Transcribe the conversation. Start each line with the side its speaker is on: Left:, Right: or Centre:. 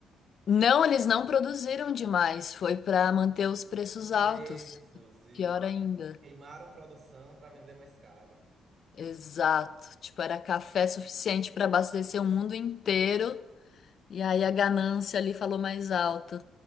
Left: Não, eles não produziram demais, foi para manter os preços
Right: Os preços
Left: altos.
Right: e
Left: Pior ainda.
Right: queimaram produção para vender mais caro.
Left: Exato. Tipo, era café suficiente para abastecer o mundo inteiro. E aí a ganância ali falou mais alto.